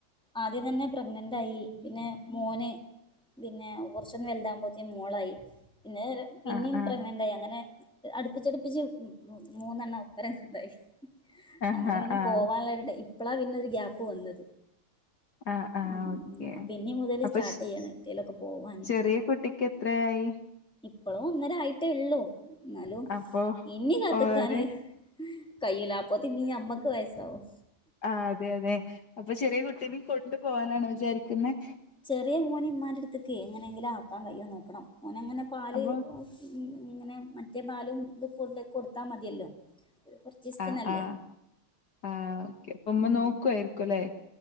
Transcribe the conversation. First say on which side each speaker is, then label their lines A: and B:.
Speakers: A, in the centre; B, on the left (about 55°).
A: ആദ്യം തന്നെ പ്രഗ്നന്റയി. പിന്നെ മോന് പിന്നെ കുറച്ചൊന്ന് വലുതാകുമ്പോഴത്തേ മോളായി പിന്നെ പിന്നിം
B: ആഹ് ആഹ്
A: പ്രഗ്നെന്റായി അങ്ങനെ, അടുപ്പിച്ചടുപ്പിച്ച് മൂന്നെണ്ണം, ഒപ്പര ഉണ്ടായി
B: ആഹ്
A: അങ്ങനെ
B: ആഹാ
A: പിന്നെ
B: ആഹ്
A: പോവാനുള്ള രു ടൈം. പ്പളാ പിന്നൊരു ഗ്യയാപ്പ് വന്നത്
B: ആ ആ
A: ഉം
B: ഓക്കെ,
A: പിന്നെ മുതൽ
B: അപ്പൊ
A: സ്റ്റാർട്ട് ചെയ്യണം എവിടേലൊക്കെ പോവാന്
B: ചെറിയ കുട്ടിക്ക് എത്രയായി.
A: പ്പളും ഒന്നരേ ആയിട്ടേ ള്ളൂ ന്നാലും
B: അപ്പൊ
A: ഇനി കാത്ത്ക്കാന്
B: ഓര്
A: കയിയൂല. അപ്പോത്തിനും മ്മക്ക് വയസാവും
B: ആ അതെ അതെ അപ്പൊ ചെറിയ കുട്ടിനെ കൊണ്ട്. പോവാനാണ് വിചാരിക്കുന്നത്
A: ചെറിയ മോന ഉമമാന്റെ അടുത്തേക്ക് എങ്ങനെങ്കിലും ആക്കാൻ കഴിയോ നോക്കണം ഓന അങ്ങനെ പാല്
B: അപ്പൊ
A: <unintelligible> ഇങ്ങനെ മറ്റേ പാലും ഇത് കൊ കൊടുത്താ മതിയല്ലോ. കൊറച്ചീസത്തിനല്ലേ
B: ആ ആ ആ ഓക്കെ, അപ്പൊ മ്മ
A: ഉം
B: നോക്കുയിരിക്കു ല്ലേ